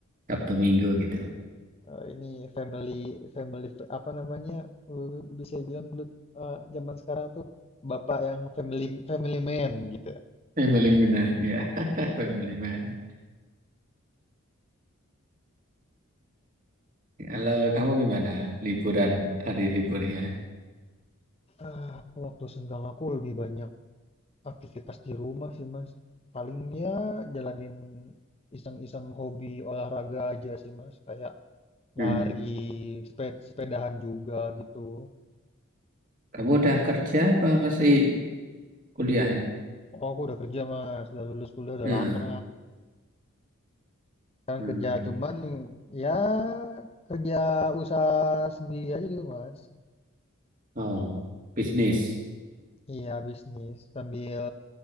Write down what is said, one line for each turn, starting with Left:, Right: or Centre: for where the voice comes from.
Right: Sabtu Minggu gitu.
Left: Eh, ini family family apa namanya? eh, bisa bilang dulu eh, zaman sekarang tuh bapak yang family family man gitu.
Right: Family man, ya. <laughs>
Left: Iya.
Right: Family man. Kalau kamu gimana liburan hari liburnya?
Left: Ah, aku waktu senggang aku lebih banyak Aktivitas di rumah sih, Mas. Paling ya jalanin iseng-iseng hobi olahraga aja sih, Mas. Kayak
Right: Hmm.
Left: lari, seped- sepedahan juga gitu.
Right: Kamu udah kerja apa masih kuliah nih?
Left: Oh, aku udah kerja, Mas. Udah lulus kuliah udah
Right: Hmm,
Left: lama. Sekarang
Right: hmm.
Left: kerja cuman ya kerja usaha sendiri aja gitu, Mas.
Right: Oh, bisnis.
Left: Iya, bisnis sambil